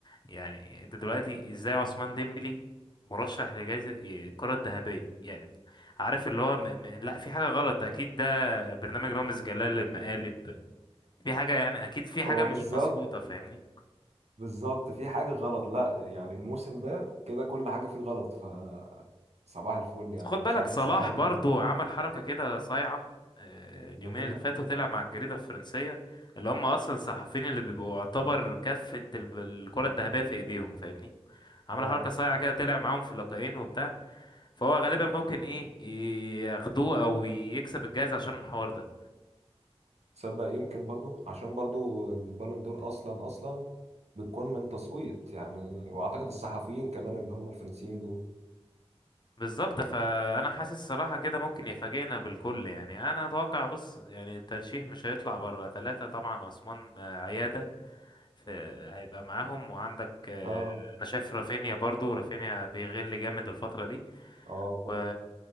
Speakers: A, on the left (about 45°); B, on the right (about 80°).
A: يعني انت دلوقتي ازاي عثمان ديمبلي مرشح لجائزة الكرة الذهبية يعني عارف اللي هو م... م... لا في حاجة غلط اكيد ده برنامج رامز جلال للمقالب في حاجة يعني اكيد في حاجة
B: هو
A: مش
B: بالظبط
A: مظبوطة فاهمني
B: بالظبط في حاجة غلط لا يعني الموسم ده كده كل حاجة فيه غلط ف صباح الفل يعني
A: بس خد
B: مش
A: بالك
B: عارف
A: صلاح
B: الصراحة أقول
A: برضو
B: إيه
A: عمل حركة كده صايعة آه، اليومين
B: اللي هي
A: اللي فاتوا طلع مع الجريدة الفرنسية اللي هم اصلا الصحفيين اللي بيبقوا يعتبر كفة الب- الكرة الذهبية في ايديهم فاهمني عمل
B: آه
A: حركة صايعة كده طلع معاهم في اللقاءين وبتاع فهو غالبا ممكن ايه ياخدوه او يكسب الجائزة عشان الحوار ده
B: تصدق يمكن برضو عشان برضو البالون دور أصلا أصلا بتكون من تصويت يعني وأعتقد الصحفيين كمان اللي هم الفرنسيين دول
A: بالظبط فانا حاسس الصراحة كده ممكن يفاجئنا بالكل يعني انا اتوقع بص يعني الترشيح مش هيطلع بره ثلاثة طبعا عثمان آه، عيادة في هيبقى معاهم وعندك آه،
B: آه
A: انا شايف رافينيا برضو رافينيا بيغل جامد الفترة دي
B: آه برضو
A: و...